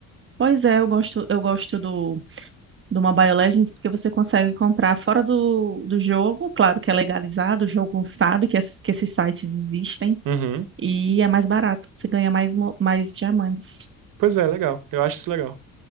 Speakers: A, on the right; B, on the right.
A: Pois é, eu gosto, eu gosto do, do Mobile Legends porque você consegue comprar fora do, do jogo. Claro que é legalizado, o jogo sabe que, esses- que esses sites existem.
B: Uhum.
A: E é mais barato, você ganha mais, mo- mais diamantes.
B: Pois é, legal. Eu acho isso legal.